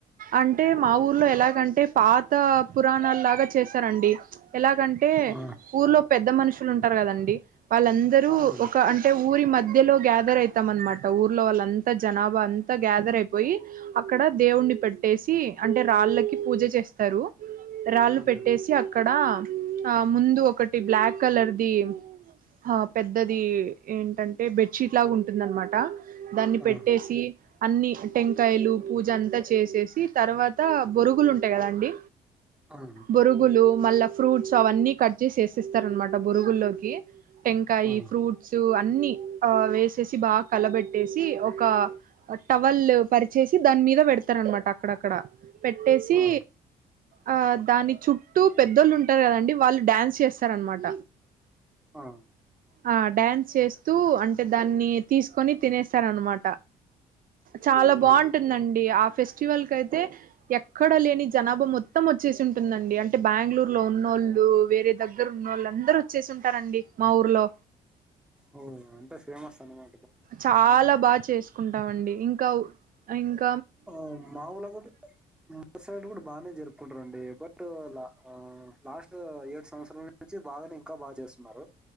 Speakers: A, on the right; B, in the centre.
A: అంటే మా ఊర్లో ఎలాగంటే పాత కొత్త పురాణాల్ లాగా చేస్తారండి. ఎలాగంటే
B: ఆ
A: ఊర్లో పెద్ద మనుషులు ఉంటారు. గాదండి వాళ్ళందరూ
B: అవునండి
A: ఒక అంటే ఊరి మధ్యలో గ్యాదర్ అయి తమన్ మద్ ఊర్లో వాళ్ళంతా జనాబా అంతా గ్యాదర్ అయిపోయి అక్కడ దేవుణ్ణి పెట్టేసి అంటే రాళ్ళకి పూజ చేస్తారు. రాళ్ళు
B: ఓకే
A: పెట్టేసి
B: అండి
A: అక్కడ ఆ ముందు ఒకటి బ్లాక్ కలర్ ది ఆ పెద్ద ద్దది ఏంటంటే బెడ్షీట్ లాగా ఉం దన్న మాట దాన్ని
B: ఆ
A: పెట్టేసి అన్నీ టెంకాయలు పూజ అంతా చేసేసి తర్వాత బొరుగులు ఉంటాయి. కదాండి
B: అవునండి
A: బొరుగులు మళ్ళా ఫ్రూట్స్ అవన్నీ కట్ చేసి ఏసిస్తారూ. అన్నమాట బురుగుల్లోకి టెంకాయ్
B: ఆ
A: అన్ని ఆ వేసేసి బాగా కలబెట్టి ట్టేసి ఒక టవల్ పరిచేసి దాని మీద పెడతారూ. అన్నమాట అక్కడక్కడ పెట్టేసి
B: ఆ
A: ఆ దాని చుట్టూ పెద్దోళ్ళు ఉంటారు కదండి వాళ్ళు డాన్స్ చేస్తారనమాట
B: ఆహ
A: ఆ‌ డాన్స్ చేస్తూ అంట్ దాన్ని తీసుకొని తినేస్తారనమాట చాలా బాగుంటుందండి
B: ఆ.
A: ఆఫెస్ స్టివల్ కైతే ఎక్కడ లేని జనాబా మొత్తం వచ్చేసి ఉంటుందండి అంటే బ్యాంగుళూర్ లో ఉన్నోళ్ళు వేరే దగ్గర ఉన్నోళ్ళుందరు వచ్చేసి ఉంటారండి మా ఊర్లో
B: ఓ అంటే ఫేమస్ అనమా
A: చాలా బా చేసుకుంట్ టామండి ఇంకా ఉ ఇంక్
B: ఆ మావోల కూడా మాసైడ్ కూడా బానే జరుపుకుంట్ రండి బట్ లా ఆ లాస్ట్ ఏడు సంవత్సరాల నుంచి బాగానే ఇంకా బాగా చేస్తున్నారు